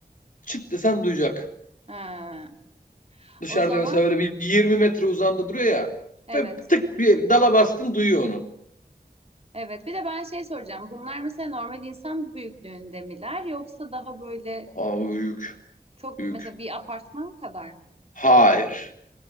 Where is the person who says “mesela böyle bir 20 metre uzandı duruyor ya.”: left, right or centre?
Left